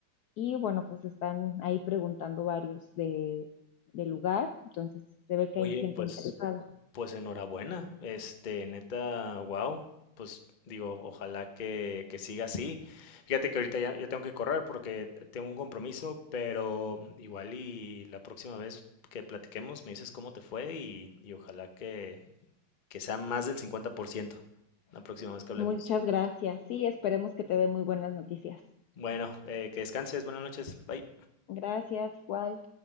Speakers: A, on the left (about 70°); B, on the left (about 45°).
A: y bueno, pues están ahí preguntando varios de, de lugar, entonces se ve
B: Oye,
A: que hay gente
B: pues
A: interesada.
B: Pues enhorabuena, este, neta, wow, pues digo, ojalá que, que siga así. Fíjate que ahorita ya, ya tengo que correr porque tengo un compromiso, pero igual y la próxima vez que platiquemos me dices cómo te fue y, y ojalá que, que sea más del 50% la próxima vez que hablemos.
A: Muchas gracias. Sí, esperemos que te dé muy buenas noticias.
B: Bueno, eh, que descanses, buenas noches, bye.
A: Gracias, igual.